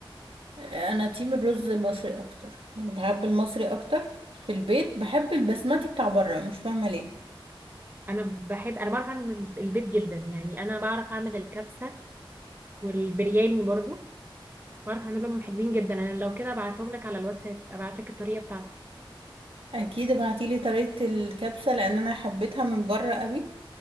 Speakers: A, on the right (about 80°); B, on the right (about 25°).
A: أنا تيم الرز المصري أكتر يعني بحب المصري أكتر في البيت بحب البسمتي بتاع بره مش فاهمة ليه
B: انا بحب انا بعرف اعمل الب- البيض جدا يعني انا بعرف اعمل الكبسه والبرياني برضو بعرف اعملهم حلوين جدا انا لو كده ابعتهم لك على الواتساب ابعت لك الطريقه بتاعته
A: أكيد ابعتيلي طريقة الكبسة لأن أنا حبيتها من بره قوي